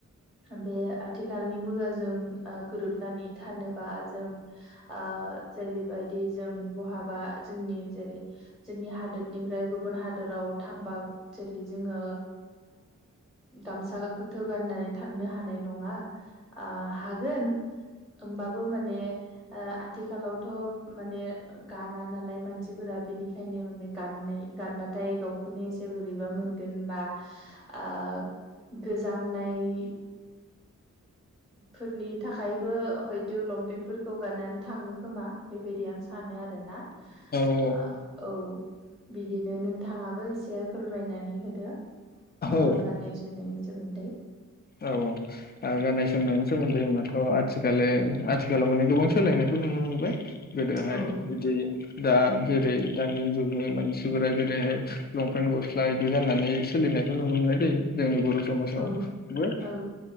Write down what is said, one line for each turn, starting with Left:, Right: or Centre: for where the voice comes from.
Centre: बे आथिखालनि मुगाजों ओ गोरोबनानै थानोबा जों ओ ओ जेरैबायदि जों बहाबा जोंनि जेरै जोंनि हादोरनिफ्राय गुबुन हादोर फोराव थांबा जेरै जोङो गामसा बोथ' गाननानै थांनो हानाय नङा। ओ हागोन ओमबाबो माने ओ आथिखालावथ' माने गाना नालाय मानसिफोरा बेनिखायनो माने गान नाय गानबाथाय गावखौनो एसे बोरैबा मोनगोन बा ओ नाय फोरनि थाखायबो हयथ' लंपेन्टफोरखौ गाननानै थाङो खोमा। बेबायदि आं सानो आरोना
Left: औ
Centre: ओ औ बिदिनो नोंथाङाबो एसे फोरमायनानै होदो ओ
Left: औ
Centre: गाननाय जोमनायनि सोमोन्दै
Left: औ औ गाननाय जोमनायनायनि सोमोन्दो होमबाथ' आथिखाले आथिखालाव माने गोबां सोलायनायखौ नुनो मोनबाय गोदोहाय
Centre: औ
Left: बिदि दा जेरै दानि जुगनि मानसिफोरा जेरैहाय लंपेन्ट गस्ला बिदि गाननानै सोलि नायखौ नुनो मोननाय जायो जोंनि बर' समाजावबो
Centre: औ औ